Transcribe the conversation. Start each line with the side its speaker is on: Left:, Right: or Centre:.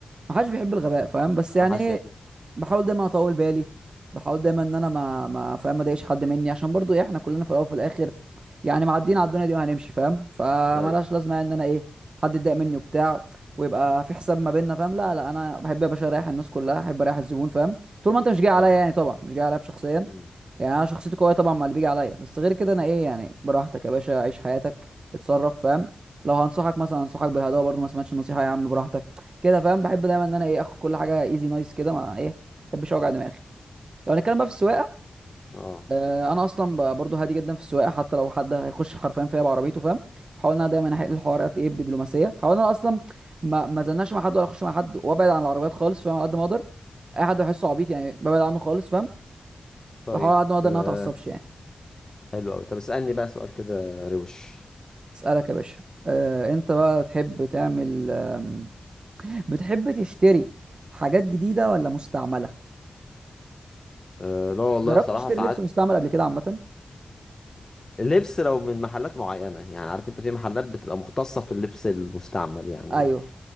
Right: ما حدش بيحب الغباء فاهم بس
Left: ما
Right: يعني
Left: حدش
Right: ايه
Left: بيحب
Right: بحاول دايما اطول بالي بحاول دايما ان انا ما ما فاهم ما اضايقش حد مني عشان برضو ايه احنا كلنا في الاول وفي الاخر يعني معديين على الدنيا دي وهنمشي فاهم فمالهاش
Left: ايوه
Right: لازمه يعني ان انا ايه حد يتضايق مني وبتاع ويبقى في حساب ما بيننا فاهم لا لا انا بحب يا باشا اريح الناس كلها احب اريح الزبون فاهم طول ما انت مش جاي عليا
Left: اه
Right: يعني طبعا مش جاي عليا بشخصيا
Left: أمم.
Right: يعني انا شخصيتي قويه طبعا مع اللي بيجي عليا بس غير كده انا ايه يعني براحتك يا باشا عيش حياتك اتصرف فاهم لو هنصحك مثلا انصحك بالهدوء برضو ما سمعتش النصيحه يا عم براحتك كده فاهم بحب دايما ان انا ايه اخد كل حاجه ايزي نايس كده مع ايه ما بحبش اوجع دماغي لو هنتكلم بقى في السواقه
Left: اه
Right: آه، انا اصلا ب- برضو هادي جدا في السواقه حتى لو حد هيخش حرفيا فيا بعربيته فاهم بحاول ان انا دايما احل الحوار قد ايه بدبلوماسيه بحاول ان انا اصلا ما ما زلناش مع حد ولا اخش مع حد وابعد عن العربيات خالص فاهم على قد ما اقدر اي حد بحسه عبيط يعني ببعد عنه خالص فاهم
Left: طيب
Right: بحاول على قد ما اقدر
Left: آه.
Right: ان انا ما اتعصبش يعني
Left: حلو قوي طب اسألني بقى سؤال كده روش
Right: اسالك يا باشا أه انت بقى بتحب تعمل آم، بتحب تشتري حاجات جديده ولا مستعمله
Left: آه. لا والله
Right: جربت
Left: بصراحة
Right: تشتري
Left: ساعات
Right: لبس مستعمل قبل كده عامه
Left: لبس لو من محلات معينة يعني عارف انت في محلات بتبقى مختصة في اللبس المستعمل يعني
Right: ايوه